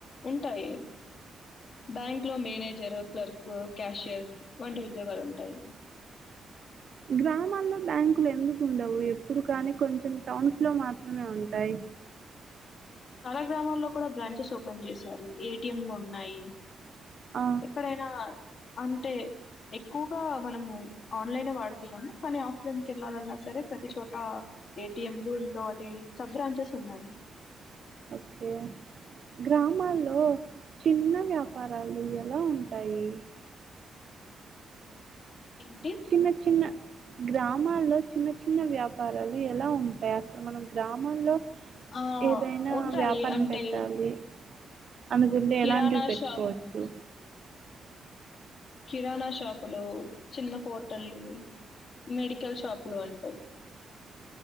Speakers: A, on the left (about 55°); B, on the right (about 45°).
A: ఉంటాయి బ్యాంక్ లో మేనేజర్ క్లర్క్ క్యాషియర్ వంటి ఉద్యోగాలు ఉంటాయి
B: గ్రామాల్లో బ్యాంకులు ఎందుకు ఉండవు ఎప్పుడు కానీ కొంచెం టౌన్స్ లో మాత్రమే ఉంటాయి
A: చాలా గ్రామాల్లో కూడా బ్రాంచెస్ ఓపెన్ చేశారు ఏటిఎంలు ఉన్నాయి
B: ఆ,
A: ఎక్కడైనా అంటే ఎక్కువగా మనము ఆన్లైనే వాడుతన్నాం కానీ ఆఫ్లైన్కి వెళ్లాలన్నా సరే ప్రతి చోట ఏటిఎంలు ఇంకా అది సబ్ బ్రాంచెస్ ఉన్నాయి
B: ఓకే గ్రామాల్లో చిన్న వ్యాపారాలు ఎలా ఉంటాయి
A: ఏంటి?
B: చిన్న చిన్న గ్రామ మాల్లో చిన్న చిన్న వ్యాపారాలు ఎలా ఉంటాయి మనం గ్రామాల్లో
A: ఆ!
B: ఏదైనా
A: ఉంటాయి.
B: వ్యాపారం
A: అంటే
B: పెట్టాలి అనుకుంటే
A: కిరాణా
B: ఎలాంటివి పెట్టుకోవచ్చు
A: షాప్ కిరాణా షాపులు చిన్న హోటల్లు మెడికల్ షాపులు ఉంటాయి.